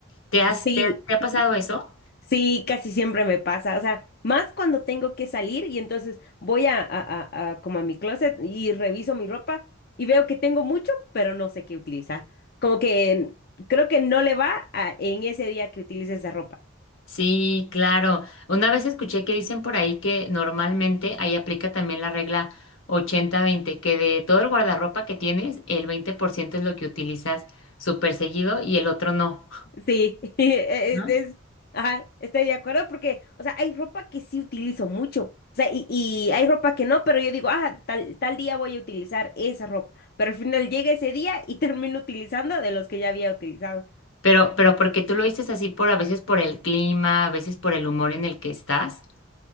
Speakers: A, on the left; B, on the left.
A: ¿Te has-
B: Sí,
A: te ha te ha pasado eso?
B: Sí, casi siempre me pasa, o sea, más cuando tengo que salir y entonces voy a, a- a- a como a mi closet y reviso mi ropa y veo que tengo mucho, pero no sé qué utilizar. Como que creo que no le va a- en ese día que utilice esa ropa.
A: Sí, claro. Una vez escuché que dicen por ahí que normalmente ahí aplica también la regla ochenta veinte, que de todo el guardarropa que tienes, el 20% es lo que utilizas súper seguido y el otro no.
B: Sí, <laughs> es,
A: ¿no?
B: es- ajá, estoy de acuerdo porque, o sea, hay ropa que sí utilizo mucho, o sea, y, y hay ropa que no, pero yo digo, ah, tal, tal día voy a utilizar esa ropa, pero al final llega ese día y <laughs> termino utilizando de los que ya había utilizado.
A: Pero, pero porque tú lo dices así por a veces por el clima, a veces por el humor en el que estás.